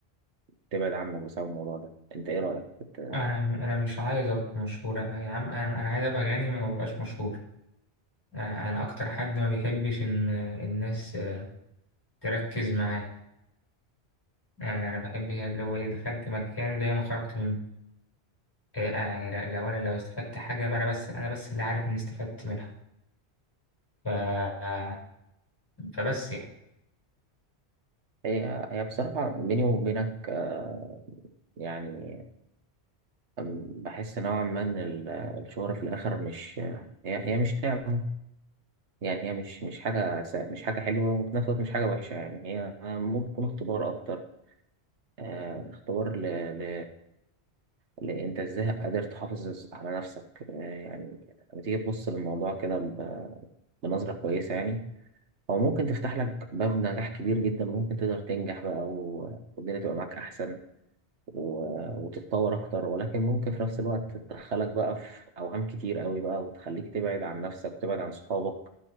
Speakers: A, on the right; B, on the left.
A: تبعد عنك بسبب الموضوع ده انت ايه رأيك بت-
B: أنا أنا مش عايز أبقى مشهور آه، يا عم أنا أنا عايز أبقى غني ما ببقاش مشهور آه، أنا أكتر حد ما بيحبش إن آه، الناس آه، تركز معاه يعني أنا بحب هي اللي هو إيه دخلت مكان زي ما خرجت منه آه، آه، يعني لا- لو أنا لو استفدت حاجة يبقى أنا بس أنا بس اللي عارف إني استفدت منها ف... آه، فبس يعني
A: هي هي بصراحة بيني وبينك آه، يعني أم، بحس نوعا ما ان ال- الشهرة في الاخر مش هي هي مش نعمة يعني هي مش مش حاجة س- مش حاجة حلوة وفي نفس الوقت مش حاجة وحشة يعني هي ممكن تكون اختبار اكتر آه، اختبار ل... ل... ل... انت ازاي قادر تحافظ على نفسك آه، يعني لما تيجي تبص للموضوع كده ب... بنظرة كويسة يعني او ممكن تفتح لك باب نجاح كبير جدا ممكن تقدر تنجح بقى و- والدنيا تبقى معاك احسن و- وتتطور اكتر ولكن ممكن في نفس الوقت تدخلك بقى في اوهام كتير قوي بقى وتخليك تبعد عن نفسك وتبعد عن صحابك